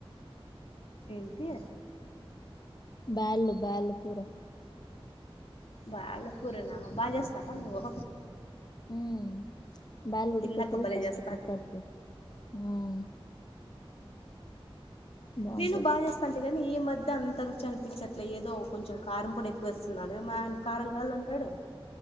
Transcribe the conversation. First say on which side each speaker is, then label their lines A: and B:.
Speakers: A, on the left (about 80°); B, on the left (about 45°).
A: ఏంటి
B: బ్యాళు బ్యాళ్ళు కూర
A: బ్యాళ్ళు కూర నా బా జెస్తవా నువో
B: ఉమ్ బ్యాళ్లు ఉడుక్
A: కిందక్క
B: పెట్టేది
A: బలే
B: ఫస్ట్
A: చేస్తాది
B: కుక్కర్కి ఉమ్ బాగుంటది
A: నేను బా జేస్తంటి గానీ ఈ మధ్య అం త రుచి అనిపించిట్లే ఏదో కొంచెం కారం పొడి ఎక్కువేసున్నాను మా ఆయన కారం గల్లా అంటాడు